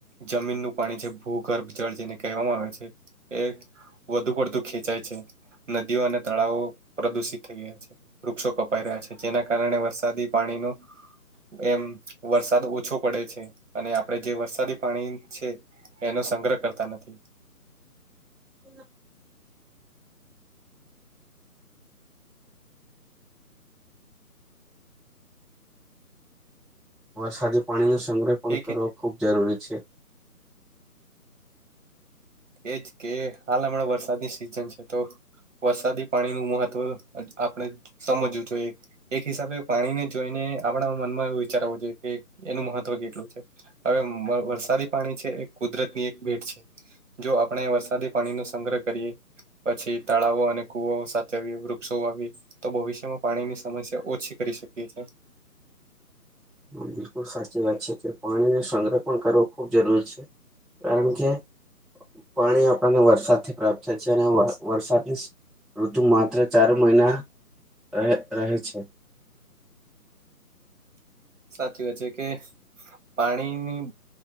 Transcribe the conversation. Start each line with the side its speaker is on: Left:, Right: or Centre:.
Right: જમીનનું પાણી છે ભૂગર્ભ જળ જેને કહેવામાં આવે છે એ વધુ પડતું ખેંચાય છે નદીઓ અને તળાવો પ્રદુષિત થઈ ગયા છે વૃક્ષો કપાઈ રહ્યા છે જેના કારણે વરસાદી પાણીનું એમ વરસાદ ઓછો પડે છે અને આપડે જે વરસાદી પાણી છે એનો સંગ્રહ કરતા નથી
Centre: હ સાથે પાણી નો સંગ્રહ પણ
Right: એક
Centre: કરવા ખૂબ જરૂરી છે
Right: એજ કે હાલ હમણાં વરસાદની સિઝન છે તો વરસાદી પાણી નું મહત્વ આપણે સમજવું જોઈએ એક હિસાબે પાણીને જોઈને આપણા મનમાં એ વિચારવો જોઈએ કે એનું મહત્વ કેટલું છે હવે વરસાદી પાણી છે એ કુદરત ની એક ભેટ છે જો આપણે વરસાદી પાણીનો સંગ્રહ કરીએ પછી તળાવો અને કુવો સાથે વૃક્ષો વાવીયે તો ભવિષ્યમાં પાણીની સમસ્યા ઓછી કરી શકીએ છીએ
Centre: હ બિલકુલ સાચી વાત છે કે પાણીને સંગ્રહ પણ કરવો ખુબ જરૂરી છે કારણ કે પાણી આપણને વરસાદથી પ્રાપ્ત થાય છે અને વરસાદની ઋતુ માત્ર ચાર મહિના ર રહે છે
Right: સાચી વાત છે કે પાણીની